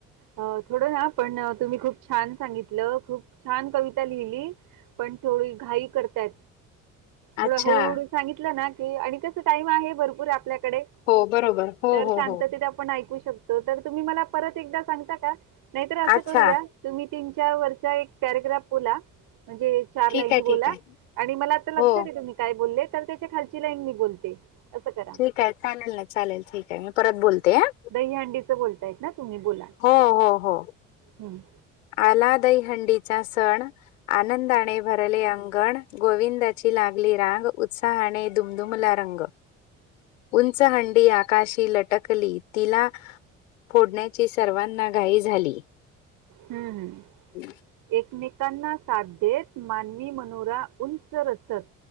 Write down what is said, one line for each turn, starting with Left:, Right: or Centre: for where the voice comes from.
Right: अ थोडंना पण तुम्ही खूप छान सांगितलं, खूप छान कविता लिहिली. पण थोडी घाई करतात. थोडं
Left: अच्छा
Right: हळूहळू सांगितलं ना की आणि कस टाइम आहे भरपूर आपल्याकडे
Left: हो बरोबर हो
Right: तर
Left: हो
Right: शांततेत
Left: हो
Right: आपण ऐकू शकतो. तर तुम्ही मला परत एकदा सांगता का? नाहीतर असं
Left: अच्छा
Right: करूया, तुम्ही तीन चार वर्चा एक पॅरग्राफ बोला म्हणजे चार
Left: ठीक
Right: लाईनी
Left: आहे
Right: बोला
Left: ठीक आहे
Right: आणि मला आता लक्षात
Left: हो
Right: येतं मी काय बोलले, तर त्याच्या खालची लाईन मी बोलते. असं करा.
Left: ठीक आहे चालेल ना चालेल ठीक आहे, मी परत बोलते हां.
Right: दहीहंडीचं बोलतायत ना तुम्ही? बोला.
Left: हो हो हो.
Right: हम्म.
Left: आला दहिहंडीचा सण, आनंदाने भरले अंगण. गोविंदाची लागली रांग, उत्साहाने दुमदुमला रंग. उंच हंडी आकाशी लटकली तिला फोडण्याची सर्वांना घाई झाली.
Right: हम्म.
Left: <inaudible>
Right: एकमेकांना साथ देत, मानवी मनोरा उंच रचत